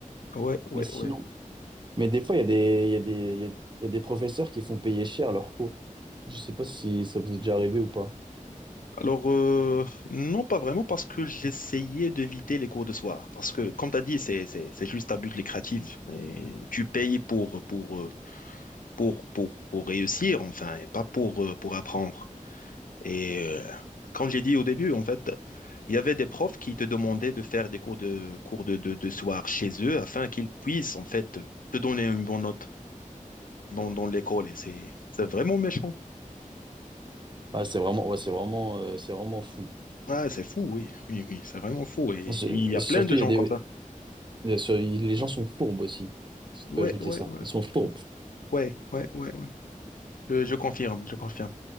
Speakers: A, on the left (about 80°); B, on the right (about 35°).
A: Ouais, ouais,
B: Mais sinon,
A: ouais.
B: mais des fois, il y a des, il y a des, il y a, il y a des professeurs qui font payer cher leurs cours. Je sais pas si ça vous est déjà arrivé ou pas.
A: Alors, euh, non, pas vraiment, parce que j'essayais d'éviter les cours de soir. Parce que, comme tu as dit, c'est, c'est, c'est juste à but lucratif. Et tu payes pour, pour, euh, pour, pour, pour réussir, enfin, et pas pour, euh, pour apprendre. Et euh, comme j'ai dit au début, en fait, il y avait des profs qui te demandaient de faire des cours de cours de, de, de soir chez eux afin qu'ils puissent en fait te donner une bonne note dans, dans l'école. Et c'est c'est vraiment méchant.
B: Ah, c'est vraiment, ouais, c'est vraiment, euh, c'est vraiment fou.
A: Ah, c'est fou, oui, oui, oui, c'est vraiment fou. Et
B: Je-
A: il
B: et
A: y a
B: surtout,
A: plein de
B: il
A: gens
B: y a des...
A: comme ça.
B: bien sûr, il- les gens sont fourbes aussi. si Je
A: Ouais,
B: peux ajouter
A: ouais,
B: ça.
A: ouais,
B: Ils sont fourbes.
A: Bon. ouais, ouais, ouais, ouais. Je, je confirme, je confirme.